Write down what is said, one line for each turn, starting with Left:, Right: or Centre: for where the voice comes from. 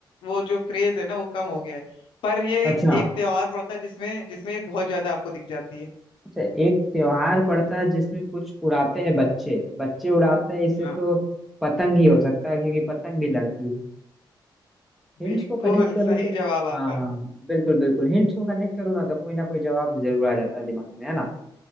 Left: वो जो क्रेज है ना वो कम हो गया है पर ये एक,
Centre: अच्छा
Left: एक त्योहार पड़ता है जिसमें जिसमें ये बहुत ज्यादा आपको दिख जाती है
Centre: अच्छा एक त्योहार पड़ता है जिसमें कुछ उड़ाते हैं बच्चे बच्चे उड़ाते हैं इससे
Left: हाँ
Centre: तो पतंग ही हो सकता है क्योंकि पतंग भी लड़ती है हिंट्स
Left: बिल्कुल
Centre: को कनेक्ट करो
Left: सही
Centre: तो
Left: जवाब आपका
Centre: हाँ बिल्कुल बिल्कुल हिंट्स को कनेक्ट करो ना तो कोई ना कोई जवाब जरूर आ जाता है दिमाग में है ना